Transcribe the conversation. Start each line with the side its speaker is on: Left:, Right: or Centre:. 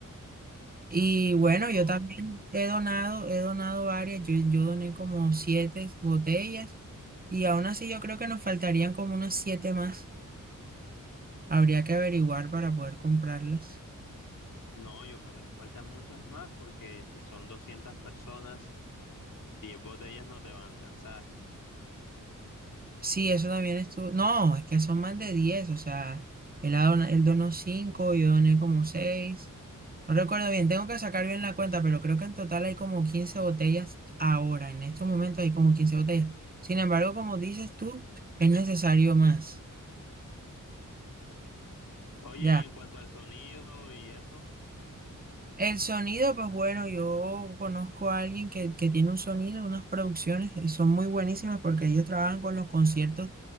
Right: Y bueno,
Left: Pero
Right: yo también he donado, he donado varias, yo, yo doné como siete botellas y aún así yo creo que nos faltarían como unas siete más. Habría que averiguar para poder comprarlas.
Left: no, yo creo que te faltan muchas más porque si son 200 personas, 10 botellas no te van a alcanzar.
Right: Sí, eso también estuvo. No, es que son más de diez, o sea, él, ha dona- él donó cinco, yo doné como seis. No recuerdo bien, tengo que sacar bien la cuenta, pero creo que en total hay como 15 botellas ahora. En estos momentos hay como 15 botellas. Sin embargo, como dices tú, es necesario más.
Left: Oye,
Right: Ya.
Left: y en cuanto al sonido y eso.
Right: El sonido, pues bueno, yo conozco a alguien que, que tiene un sonido, unas producciones y son muy buenísimas porque ellos trabajan con los conciertos